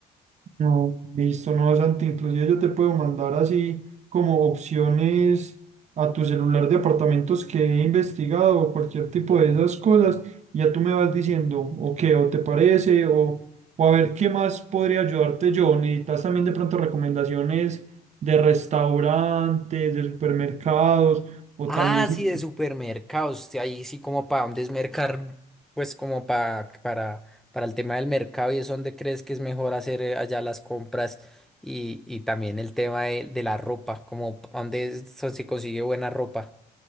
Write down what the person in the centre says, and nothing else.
Ah,
sí, de supermercados. sí, Ahí sí como para dónde es mercar, pues como pa- para, para el tema del mercado y es donde crees que es mejor hacer eh, allá las compras y, y también el tema de, de la ropa, como pa- dónde es- so- se consigue buena ropa.